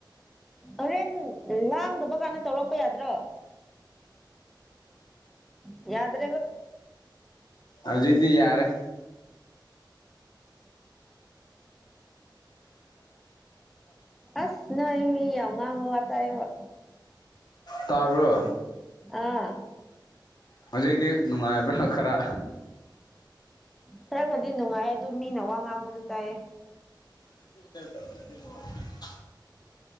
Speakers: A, in the centre; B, on the left.
A: ꯍꯣꯔꯦꯟ ꯂꯥꯡꯗꯕ ꯀꯥꯟꯗ ꯇꯧꯔꯛꯄ ꯌꯥꯗ꯭ꯔꯣ ꯌꯥꯗ
B: ꯍꯧꯖꯤꯛꯗꯤ ꯌꯥꯔꯦ
A: ꯑ꯭ꯁ ꯅꯣꯏ <unintelligible> <unintelligible>
B: ꯇꯥꯕ꯭ꯔꯣ
A: ꯑꯥ
B: ꯍꯧꯖꯤꯛꯗꯤ ꯅꯨꯡꯉꯥꯏꯕ꯭ꯔꯥ ꯑꯥ ꯈꯔ
A: ꯈꯔꯕꯨꯗꯤ ꯅꯨꯡꯉꯥꯏꯌꯦ ꯑꯗꯨ ꯃꯤꯅ ꯋꯥ ꯉꯥꯡꯕꯁꯨ ꯇꯥꯏꯌꯦ
B: <unintelligible>